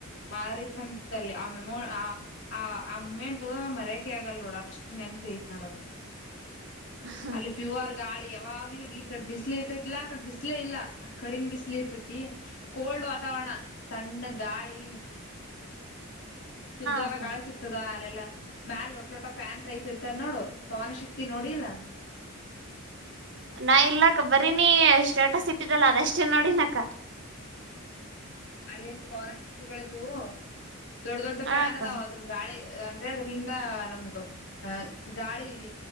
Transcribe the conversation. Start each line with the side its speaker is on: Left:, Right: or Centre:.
Left: ಭಾರಿ ಚಂದತ್ ಅಲ್ಲಿ ಆ ಮೆಮೋ ಆ ಆ ಮುಮೆಂಟ್ ಮರ್ಯಕೆ ಆಗಲ್ ನೋಡ ಅಷ್ಟು ನೆನಪಿ ಐತ್ ನೋಡೋದು
Right: ಹ
Left: ಅಲ್ಲಿ ಪ್ಯೂರ್ ಗಾಳಿ ಯಾವಾಗ ಆ ಇಲ್ಲಿ ಈ ಕಡೆ ಬಿಸ್ಲಿ ಇರ್ತೈತಿಲ್ಲಾ ಆ ಕಡೆ ಬಿಸ್ಲೇ ಇಲ್ಲ ಕಡಿಮ್ ಬಿಸ್ಲಿ ಇರ್ತೈತಿ ಕೋಲ್ಡ್ ವಾತಾವರಣ ತಣ್ಣ ಗಾಳಿ ಶುದ್ಧವಾದ
Right: ಅಕ್ಕ
Left: ಕಾಳೆ ಸಿಗ್ತದ ಮ್ಯಾಲ ಒೊಟ್ ಲೊಟ ಪ್ಯಾನ್ ಟೈಪ್ ಇರ್ತಾರ ನೋಡು ಪವನ ಶಕ್ತಿ ನೋಡಿ ಇಲ್ಲ
Right: ನಾ ಇಲ್ಲಕ್ ಬರೀನಿ ಸ್ಟೇಟಸ್ ಇ ಇಟ್ಟಿದಲ್ಲ ಅದಷ್ಟೇ ನೋಡಿನಕ್ಕ
Left: ಅಲ್ಲಿನ ಪವನ ಶಕ್ತಿಗಳ್ದವು ದೊಡ್ಡ ದೊಡ್
Right: ಹ
Left: ಫ್ಯಾನ್
Right: ಅಕ್ಕ
Left: ಅದಾವ ಅದ್ರ ಗಾಳಿ ಅ ಆದ್ರೆ ಅದ್ರಂದ ನಮ್ಗ ಹ ಗಾಳಿ ಇದ